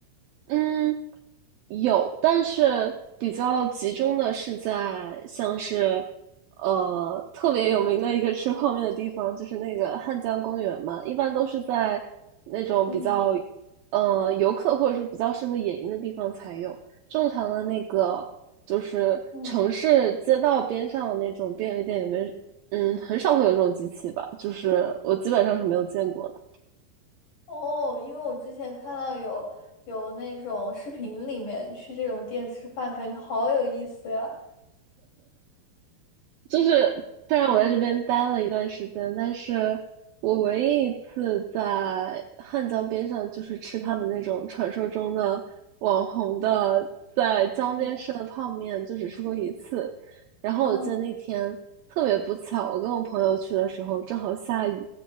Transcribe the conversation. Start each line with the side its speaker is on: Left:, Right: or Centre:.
Right: 嗯，有，但是比较集中的是在像是，呃，特别有名的一个吃泡面的地方，就是那个汉江公园嘛。一般都是在那种比较，
Left: 嗯
Right: 呃，游客或者是比较适合野营的地方才有。正常的那个就是城市街道边上那种便利店里面，
Left: 嗯。
Right: 嗯，很少会有这种机器吧。就是我基本上是没有见过的。
Left: 哦，因为我之前看到有有那种视频里面去这种店吃饭，感觉好有意思呀。
Right: 就是，虽然我在这边待了一段时间，
Left: 嗯
Right: 但是我唯一一次在汉江边上，就是吃他们那种传说中的网红的在江边吃的泡面，
Left: 嗯
Right: 就只吃过一次。然后我记得那天特别不巧，
Left: 嗯，
Right: 我跟我朋友去的时候正好下雨，